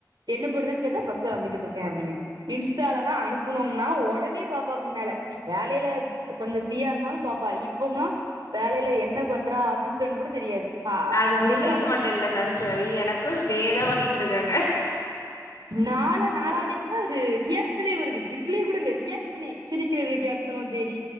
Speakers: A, on the right (about 75°); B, on the left (about 50°).
A: என்ன பண்ணுதன் கேட்டா பஸ்ல வந்துகிட்ருக்கே அப்டினு இன்ஸ்டாலலா அனுப்புனும்னா ஒட் ஒடனே பாப்பா மின்னால வேலைலப் கொஞ்ச ஃப்ரீயா இருந்தாலு பாப்பா இப்போம்லா வேலைல என்ன பண்றா ஆபீஸ்லன் கூட தெரியாது பா
B: அது
A: இன்னைக்கு
B: உங்களுக்கு
A: அனுப்
B: மட்டு இல்ல கருசாவி எனக்கு இதேதா பண்ணிட்ருக்காங்க
A: நாலு நாளானைக்குதா ஒரு ரியாக்க்ஷனே வருது ரிப்ளை கூட ‌இல்ல ரியாக் செனி சிரிக்கிற ரியாக்க்ஷனுஞ் செரி